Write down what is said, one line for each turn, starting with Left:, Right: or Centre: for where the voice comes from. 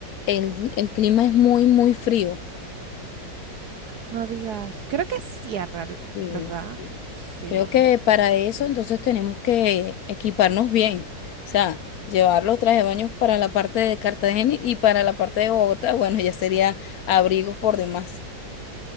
Left: el, el clima es muy, muy frío.
Right: No digas, creo que cierra,
Left: Sí,
Right: ¿verdad?
Left: sí.
Right: Sí.
Left: Creo que para eso entonces tenemos que equiparnos bien, o sea, llevar los trajes de baños para la parte de Cartagena y para la parte de Bogotá, bueno, ya sería abrigos por demás.